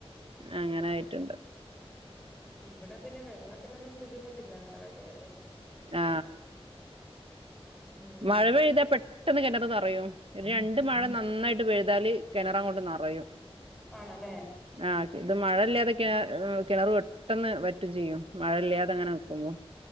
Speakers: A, on the right; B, in the centre.
A: അങ്ങനെ ആയിട്ടുണ്ട്
B: ഇവിടെ പിന്നെ വെള്ളത്തിനൊന്നും ബുദ്ധിമുട്ടില്ല അങ്ങനെ വല്യാതെ
A: ആ
B: ഉം
A: മഴ പെയ്താപ്പെട് പെട്ടെന്ന് കെണറൊക്കെ നറയും രണ്ട് മഴ നന്നായിട്ട് പെഴുതാല് കിണറങ്ങോട്ട് നറയും
B: ആണല്ലേ
A: ആ ക്കെ ഇത് മഴ ഇല്ലാതെ കിണ ഉം കിണറ് പെട്ടെന്ന് വറ്റും ചെയ്യും മഴയില്ലാതെ അങ്ങനെ നൽക്കുമ്പോൾ